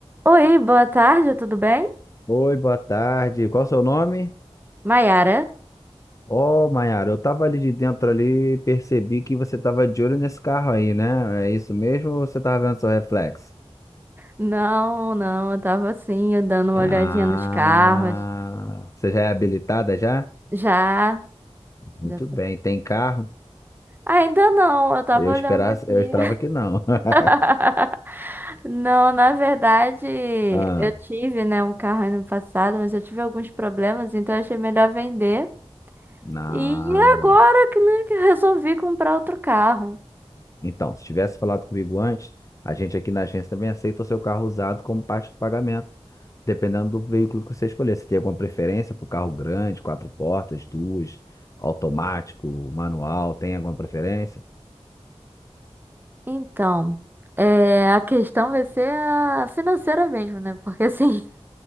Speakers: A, on the right; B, on the left.
A: Oi, boa tarde, tudo bem?
B: Oi, boa tarde. Qual o seu nome?
A: Maiara?
B: Ó, Maiara, eu tava ali de dentro ali, percebi que você tava de olho nesse carro aí, né? É isso mesmo ou você tava vendo seu reflexo?
A: Não, não, eu tava assim, dando uma
B: Ah,
A: olhadinha nos carros.
B: você já é habilitada já?
A: Já,
B: Muito
A: já.
B: bem,
A: sou-
B: tem carro?
A: Ainda não, eu tava
B: Eu esperava,
A: olhando aqui.
B: eu esperava que não. <laughs>
A: <laughs> Não, na verdade,
B: Ah,
A: eu tive, né, um carro ano passado, mas eu tive alguns problemas, então eu achei melhor vender.
B: não.
A: E agora que, né, que eu resolvi comprar outro carro.
B: Então, se tivesse falado comigo antes, a gente aqui na agência também aceita o seu carro usado como parte do pagamento, dependendo do veículo que você escolher. Você tem alguma preferência por carro grande, quatro portas, duas, automático, manual? Tem alguma preferência?
A: Então, é, a questão vai ser a financeira mesmo, né? Porque assim.